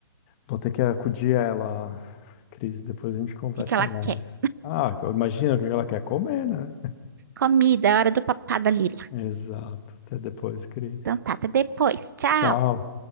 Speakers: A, on the left (about 25°); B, on the right (about 55°).
A: Vou ter que acudir a ela, Cris. Depois a gente conversa
B: que que ela
A: mais.
B: quer?
A: Ah, eu imagino o que ela quer comer, né?
B: Comida, é hora do papá da Lila.
A: <laughs> Exato. Até depois, Cris.
B: Então tá, até depois. Tchau.
A: Tchau.